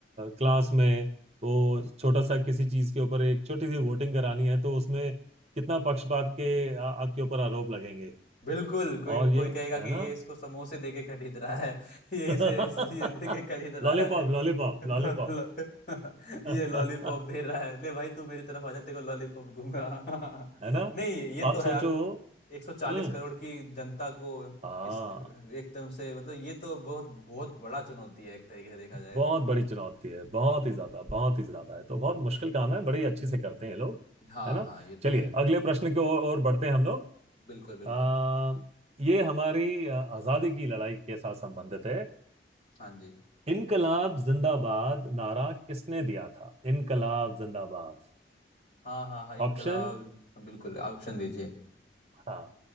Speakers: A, on the right; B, on the left.
A: क्लास में वो छोटा सा किसी चीज के ऊपर एक छोटी सी वोटिंग करानी है तो उसमें कितना पक्षपात के आ, आपके ऊपर आरोप लगेंगे
B: बिल्कुल कोई
A: और ये
B: कोई कहेगा कि
A: है
B: ये
A: ना
B: इसको समोसे दे के खरीद रहा है <laughs> ये
A: <laughs>
B: इसे इसे ये दे के खरीद रहा
A: Lollipop
B: है
A: lollipop
B: लो,
A: lollipop
B: लो,
A: <laughs>
B: <laughs> ये लॉलीपॉप दे रहा है ले भाई तू मेरी तरफ आ जा तेरे को लॉलीपॉप दूंगा <laughs>
A: है ना
B: नहीं ये ये
A: आप
B: तो है
A: सोचो
B: यार 140
A: हम्म
B: करोड़ की जनता को
A: हाँ
B: इस एकदम से मतलब ये तो बहुत बहुत बड़ा चुनौती है एक तरीके से देखा जाए
A: बहुत
B: तो
A: बड़ी चुनौती है बहुत ही ज्यादा बहुत ही ज्यादा है तो बहुत मुश्किल काम है बड़ी अच्छी से करते हैं ये लोग
B: हाँ
A: है ना
B: हाँ ये तो
A: चलिए
B: है
A: अगले प्रश्न की ओर ओर बढ़ते हैं हम लोग
B: बिल्कुल बिल्कुल
A: आ, ये हमारी अ, आजादी की लड़ाई के साथ संबंधित है
B: हाँ जी
A: इनकलाब जिंदाबाद नारा किसने दिया था इनकलाब जिंदाबाद
B: हाँ हाँ हाँ इनकलाब
A: ऑप्शन
B: बिल्कुल ऑप्शन दीजिए
A: हाँ